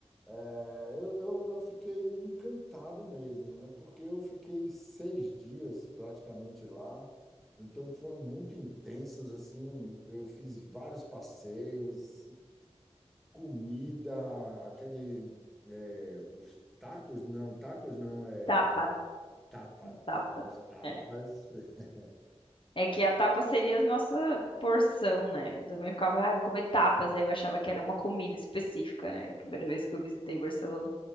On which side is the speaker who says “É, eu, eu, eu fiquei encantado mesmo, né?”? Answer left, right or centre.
Centre